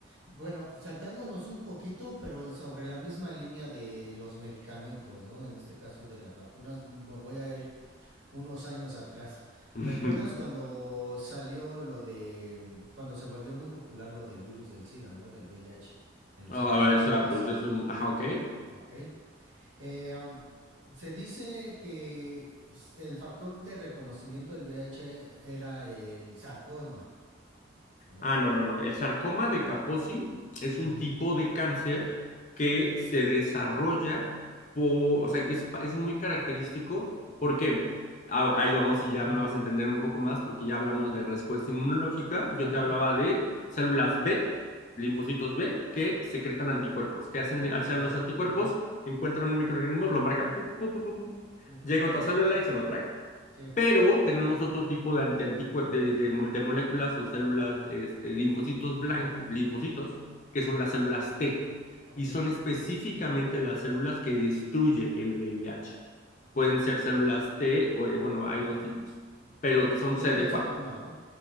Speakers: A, on the right; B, on the left.
A: Bueno, saltándonos un poquito, pero sobre la misma línea de los medicamentos, ¿no? En este caso de las vacunas, me voy a ir unos años atrás.
B: <laughs>
A: ¿Recuerdas cuando salió lo de, cuando se volvió muy popular lo del virus del SIDA, ¿no? Del V I h en los
B: Ah,
A: años
B: a ver,
A: 80,
B: o sea, pues eso, ajá, ok,
A: ok. Eh, um, se dice que s- el factor de reconocimiento del V I h era el sarcoma, ¿no?
B: Ah, no, no, no. El sarcoma de Kaposi es
A: Ujú,
B: un tipo de cáncer que se desarrolla, po- o sea, que es, es muy característico porque, ah, ahí vamos y ya
A: ujú.
B: me vas a entender un poco más porque ya hablamos de respuesta inmunológica.
A: Ujú,
B: Yo te hablaba de células B, linfocitos B, que secretan anticuerpos. ¿Qué hacen,
A: okey,
B: hacían los anticuerpos?
A: ujú,
B: Encuentran un microorganismo, lo marcan, pu, pu, pu, pu, pu, pu,
A: okey,
B: llega otra célula y se lo traga
A: sí,
B: pero tenemos otro tipo de, anti- anticuer- de, de de moléculas o células, este, linfocitos blancos, linfocitos,
A: ujú,
B: que son las células T,
A: okey,
B: y son específicamente las células que destruye el VIH. Pueden
A: okey.
B: ser células T, o, eh, bueno, hay dos tipos,
A: Bueno,
B: pero que son
A: ¿y por
B: cd
A: qué el sarcoma,
B: cuatro
A: no?